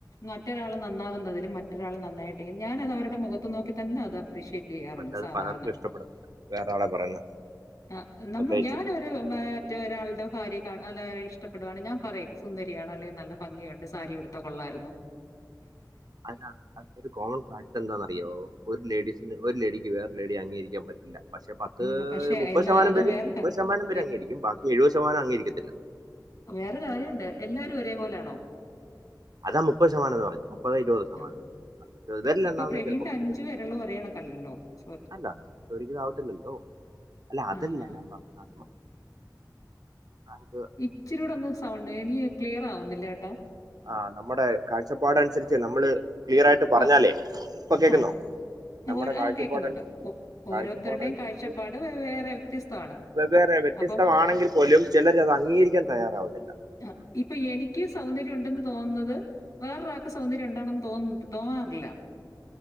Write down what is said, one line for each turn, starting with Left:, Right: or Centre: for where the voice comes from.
Left: മറ്റൊരാൾ നമു ന്നാവുന്നതിലും മറ്റൊരാൾ നന്നായിട്ട് ഞാനത് അവരുടെ മുഖത്ത് നോക്കി തന്നെത അപ്രിഷിയേറ്റ് ചെയ്യാറുണ്ട്
Right: പക്ഷെ അത്
Left: സാധാരണ
Right: പലർക്കും ഇഷ്ടപ്പെടത്തില്ല. വേറെ ആളെ പറയുന്നത്
Left: ആ നമ്മ
Right: പ്രത്യേകിച്ച്.
Left: ഞാനൊരു മ മറ്റരാളുടെ ഭാര്യ അല്ല ഇഷ്ടപ്പെടുകയാണ് ഞാൻ പറയും സുന്ദരിയാണ് അല്ലെ നല്ല ഭംഗിയുണ്ട് സാരി ഉടുത്ത കൊള്ളാായിരുന്നു
Right: അത അതരു കോമൺ ഫാക്ട് എന്താന്ന്റിയോ ഒരു ലേഡീസിന് ഒരു ലേഡിക്ക് വേറെ ലേഡി അംഗീകരിക്കാൻ പറ്റില്ല പക്ഷെ പത്ത്
Left: ഉം പക്ഷെ
Right: മുപ്പത്
Left: എല്ലാ
Right: ശതമാനം
Left: അത്
Right: പേര്
Left: വേറെ
Right: മുപ്പത്
Left: ക
Right: ശതമാനം പേര്
Left: എ-
Right: അങ്ങീരിക്കും ബാക്കി എഴുപത് ശതമാനം അങ്ങീരിക്കത്തില്ല
Left: വേറെ കാര്യംണ്ട് എല്ലാരും ഒരേപോലൊണോ
Right: അതാ മുപ്പത് ശതമാനംന്ന് പറഞ്ഞ മുപ്പത് ഇരുപത് ശതമാനം
Left: ആ ആ
Right: വരില്ല
Left: ഇപ്പൊ
Right: എണ്ണാവ
Left: പ്രവീണിന്റെ
Right: ചപ്പോരു
Left: അഞ്ചു വിരലും ഒരേ കണക്കല്ലല്ലോ സോറി
Right: അല്ല അല്ല അത ഒരിക്കലും ആവത്തില്ലല്ലോ അല്ല അതല്ല
Left: ആ ആ ഹാ
Right: ഞാൻ പറഞ്ഞ അ <unintelligible>
Left: ഇച്ചിരൂടെ ഒന്ന് സൗണ്ട് ഇനി ക്ലിയർ ആവുന്നില്ല ട്ടോ
Right: ആ നമ്മുടെ കാഴ്ചപ്പാട അനുസരിച്ച് നമ്മള് ക്ലിയർ ആയിട്ട് പറഞ്ഞാലേ
Left: ആ
Right: ഇപ്പൊ കേൾക്കുന്നോ
Left: ആ
Right: നമ്മുടെ
Left: ഓരോ-
Right: കാഴ്ചപ്പാടനുസ
Left: ആ കേൾക്കുന്നുണ്ട് ഓ- ഓരോരുത്തരുടെയും
Right: കാഴ്ചപ്പാട അനുസരിച്ച്
Left: കാഴ്ചപ്പാട് വേ- വേറെ വ്യത്യസ്തമാണ്
Right: വെവ്വേറെ വ്യത്യസ്തമാണെങ്കിൽ
Left: അപ്പം
Right: പോലും ചിലര് അത് അംഗീകരിക്കാൻ തയ്യാറാവുനില്ല
Left: ആ ഇപ്പൊ എനിക്ക് സൗന്ദര്യം ഉണ്ടെന്ന് തോന്നുന്നത് വേറൊരാക്ക് സൗന്ദര്യം ഉണ്ടാണം തോന്നുനുണ്ട് തോന്നാറില്ല